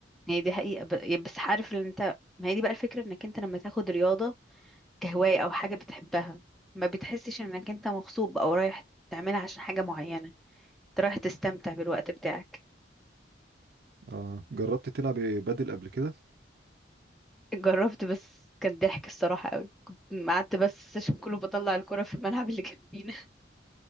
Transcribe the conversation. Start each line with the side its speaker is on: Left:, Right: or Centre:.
Centre: هي دي حقيقة ب- يا- بس عارف ان انت ما هي دي بقى الفكرة انك انت لما تاخد رياضة كهواية او حاجة بتحبها ما بتحسش انك انت مغصوب او رايح تعملها عشان حاجة معينة انت رايح تستمتع بالوقت بتاعك
Right: آه جربت تلعب بدل قبل كده
Centre: جربت بس كان ضحك الصراحة قوي كنت قعدت بس السيشن كله بطلع الكرة في الملعب اللي جنبينا